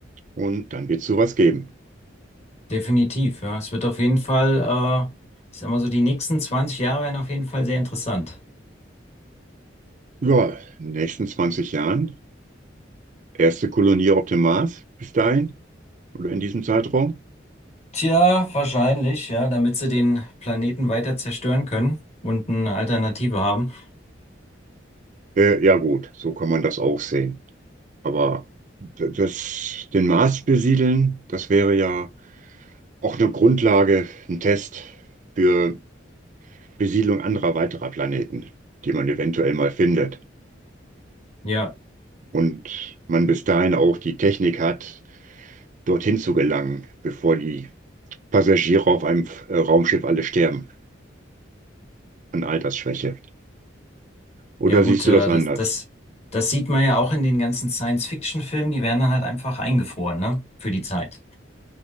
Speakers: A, on the right; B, on the left.
A: Und dann wird es sowas geben.
B: Definitiv, ja. Es wird auf jeden Fall, äh, ich sag mal so, die nächsten 20 Jahre werden auf jeden Fall sehr interessant.
A: Ja, in den nächsten 20 Jahren. Erste Kolonie auf dem Mars bis dahin oder in diesem Zeitraum.
B: Tja, wahrscheinlich, ja, damit sie den Planeten weiter zerstören können und eine Alternative haben.
A: Äh, ja gut, so kann man das auch sehen. Aber d- das, den Mars besiedeln, das wäre ja auch eine Grundlage, ein Test für Besiedlung anderer weiterer Planeten, die man eventuell mal findet.
B: Ja,
A: Und man bis dahin auch die Technik hat, dorthin zu gelangen, bevor die Passagiere auf einem äh, Raumschiff alle sterben an Altersschwäche. Oder
B: ja gut,
A: siehst
B: äh,
A: du das anders?
B: das, das, das sieht man ja auch in den ganzen Science-Fiction-Filmen, die werden dann halt einfach eingefroren, ne, für die Zeit.